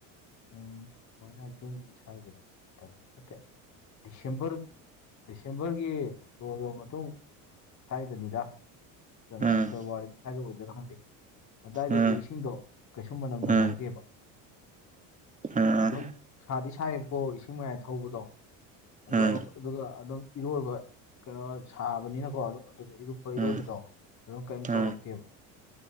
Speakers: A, on the left; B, on the right.
A: ꯎꯝ ꯁꯨꯃꯥꯏꯅ ꯖꯟ ꯁ ꯍꯥꯏꯒꯤꯔꯣꯅꯦ ꯃꯇꯝꯗ ꯅꯠꯇꯦ ꯗꯤꯁꯦꯝꯕꯔ ꯗꯤꯁꯦꯝꯕꯔꯒꯤ ꯂꯣꯏꯔꯕ ꯃꯇꯨꯡ ꯁ꯭ꯋꯥꯏꯗꯅꯤꯗ ꯖꯅꯋꯥꯔꯤ
B: ꯎꯝ
A: ꯐꯦꯕꯋꯥꯔꯤ ꯁ꯭ꯋꯥꯏꯗ ꯑꯣꯏꯗꯣꯏꯔꯣ ꯍꯪꯗꯦ ꯑꯗꯨꯋꯥꯏꯗꯗꯤ
B: ꯎꯝ
A: ꯏꯁꯤꯡꯗꯣ ꯀꯩꯁꯁꯨ ꯃꯅꯝ
B: ꯎꯝ
A: ꯅꯝꯍꯧꯗꯦꯕ
B: ꯎꯝ
A: ꯑꯗꯨꯝ ꯁꯥꯗꯤ ꯁꯥꯏꯕꯀꯣ ꯏꯁꯤꯡ ꯃꯌꯥꯏ ꯊꯧꯕꯗꯣ ꯑꯗ
B: ꯎꯝ
A: ꯑꯗꯨꯒ ꯑꯗꯨꯝ ꯏꯔꯣꯏꯕ ꯀꯩꯅꯣ ꯁꯥꯕꯅꯤꯅꯀꯣ ꯑꯗꯨꯝ ꯑꯗꯨꯗ ꯑꯄ
B: ꯎꯝ
A: ꯏꯔꯣꯏꯕꯗꯣ ꯑꯗꯨꯝ ꯀꯩꯝ
B: ꯎꯝ
A: ꯇꯧꯔꯛꯇꯦꯕ